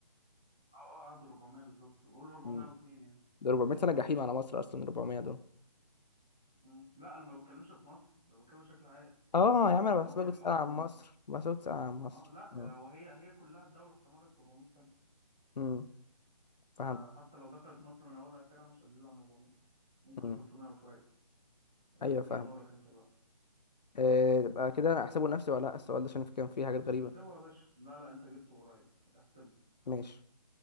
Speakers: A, in the centre; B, on the left (about 80°).
A: أه أه قعدوا 400 بالظبط قولوا 402
B: مم.
A: يعني
B: ده 400 سنه جحيم على مصر اصلا 400 دول
A: مم. لا أنا ما بتكلمش في مصر أنا بتكلم بشكل عام
B: اه يا عم انا
A: استمر
B: بحسبك
A: الحكم
B: بتسال عن مصر بحسبك بتسال عن مصر
A: أه لا
B: اه
A: آه، وهي هي كلها الدولة استمرت 400
B: امم فهمت
A: فحتى لو دخلت مصر من اولها لاخرها مش هتزيد عن 400 ممكن
B: امم
A: 300 وشويه آه،
B: ايوه
A: اوكي
B: فاهم
A: دورك انت بقى
B: آه يبقى كده انا احسبه لنفسي ولا لا السؤال ده عشان كان فيه حاجات غريبه
A: احسبه يا باشا لا لا انت جبته قريب احسبه
B: ماشي